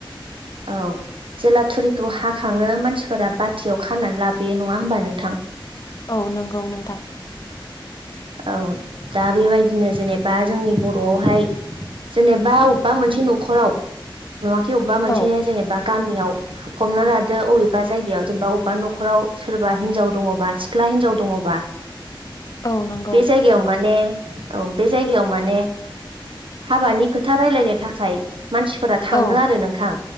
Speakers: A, on the right; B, on the left.
A: औ जेला थुरिखौ हाखाङो मानसिफोरा बाथियाव खानानै लाबोयो नङा होमबा नोंथां
B: औ नंगौ नोंथां
A: औ दा बेबायदिनो जेनेबा जोंनि बर'आवहाय जेनेबा अबेबा मोनसे न'खराव नङाखि अबेबा मोनसे
B: औ
A: जेनेबा गामियाव हमना लादो अबेबा जायगायाव जेनेबा अबेबा न'खराव सोरबा हिनजाव दङबा सिख्ला हिनजाव दङबा
B: औ नंगौ
A: बे जायगायाव माने औ बे जायगायाव माने हाबानि खोथा रायलायनो थाखाय मानसिफोरा थाङो
B: औ
A: आरो नोंथां।